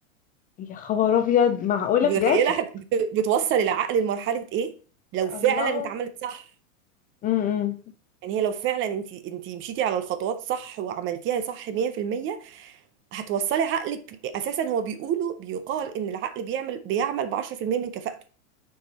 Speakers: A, on the left; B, on the right.
A: يا خبر ابيض معقوله
B: انت متخيله
A: بجد
B: احنا بت- بتوصل العقل لمرحله ايه لو فعلا
A: الله
B: اتعملت صح
A: امم
B: يعني هي لو فعلا انت انت مشيتي على الخطوات صح وعملتيها صح 100% هتوصلي عقلك اساسا هو بيقولوا بيقال ان العقل بيعمل بيعمل ب 10% من كفاءته